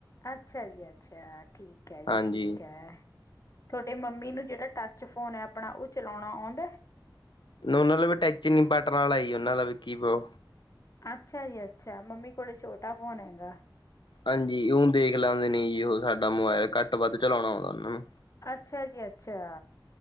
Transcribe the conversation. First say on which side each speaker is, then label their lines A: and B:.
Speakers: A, on the left; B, on the left.
A: ਅੱਛਾ ਜੀ, ਅੱਛਾ। ਠੀਕ ਹੈ ਜੀ,
B: ਹਾਂਜੀ
A: ਠੀਕ ਹੈ। ਤੁਹਾਡੇ ਮੰਮੀ ਨੂੰ ਜਿਹੜਾ ਟਚ ਫੋਨ ਹੈ ਆਪਣਾ ਉਹ ਚਲਾਉਣਾ ਆਉਂਦਾ।
B: ਉਹਨਾਂ ਕੋਲ ਟੱਚ ਨੀ ਬਟਨ ਵਾਲਾ ਆ ਹੀ ਉਹਨਾਂ ਦਾ ਵੀ ਕੀ ਬੋ
A: ਅੱਛਾ ਜੀ, ਅੱਛਾ ਮੰਮੀ ਕੋਲੇ ਛੋਟਾ ਫੋਨ ਹੈਗਾ।
B: ਹਾਂਜੀ ਉਹ ਦੇਖ ਲੈਂਦੇ ਨੇ ਜੀ ਉਹ ਸਾਡਾ ਮੋਬਾਇਲ ਘੱਟ ਵੱਧ ਚਲਾਉਣਾ ਆਉਂਦਾ ਉਹਨਾਂ ਨੂੰ
A: ਅੱਛਾ ਜੀ, ਅੱਛਾ।